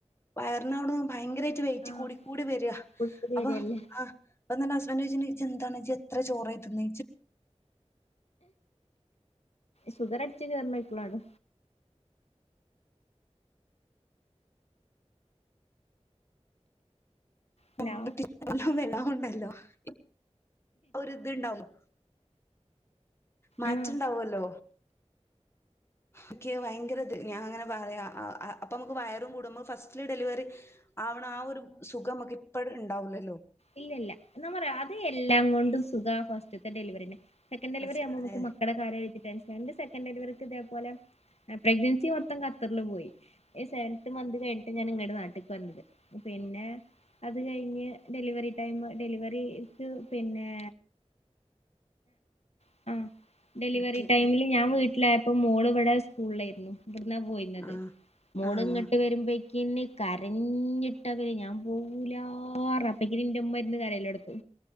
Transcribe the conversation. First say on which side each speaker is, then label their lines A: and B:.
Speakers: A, on the left; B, on the left.
A: വയറിനവിട ഭയങ്കരമായിട്ട് വെയിറ്റ്
B: ആഹ്
A: കൂടികൂടി വരിക.
B: പുതു പേരല്ലേ
A: അപ്പൊ ആ. അപ്പന്റെ ഹസ്ബൻറ് ചോയ്ച്ച എന്താണ് ജി എത്ര ചോറായി തിന്ന്?
B: സുഖർ അടിച്ച കരണെ ഇപ്പളാണ്. ഹലോ
A: <unintelligible> ഒരു ഇത് ഇണ്ടാവും. മാറ്റണ്ടാവല്ലോ.
B: ആഹ്
A: ഓക്കെ ഭയങ്കരത് ഞാൻ അങ്ങനെ പറയാ അപ്പൊ നമുക്ക് വയറും കൂടും നമ്മ ഫസ്റ്റ്ല് ഡെലിവറി ആവണ ആ ഒരു സുഖമക്കെ ഇപ്പഴ ഉണ്ടാവില്ലല്ലോ?
B: ഇല്ലല്ല എന്നാ പറയാ അത് എല്ലാം കൊണ്ടും സുഖ ഫസ്റ്റ്ത്തെ ഡെലിവറിനെ. സെക്കഡ ഡലിവറി
A: ഫസ്റ്റ്
B: ആകുമ്പോ
A: അതെ
B: നുക്ക്ക്ക മക്കളെ കാര്യാലോചിച്ച് ടെൻഷൻ ൻ്റെസെക്കൻ് ഡലിവറിക്ക് ഇതേപലെ പ്രഗ്നൻസി മൊത്തം കത്തറിൽ പോയി സെവൻന്ത് മന്ത് കഴിഞ്ഞട്ട് ഞാൻ നിങ്ങളുടെ നാട്ടി പറഞ്ഞത് പിന്നെ അത് കഴിഞ്ഞ് ഡെലിവറി ടൈം ഡെലിവറിക്ക് പിന്നെ ആ ആ ഡെലിവറി
A: ഇൻക്ക്
B: ടൈമില് ഞാൻ വീട്ടിലായപ്പോ മോള് ഇവിടെ സ്കൂളിലായിരുന്നു. അവിന്ന പോയിന്നത്
A: ആഹ്
B: മോളങ്ങട്ട്
A: ആഹ്
B: വരുമ്പോ പിന്നെ കരഞ്ഞിട്ടവർ ഞാൻ പോവൂലാറ- ന്റെ ഉമ്മരുന്ന് കരയല്ലോടത്തി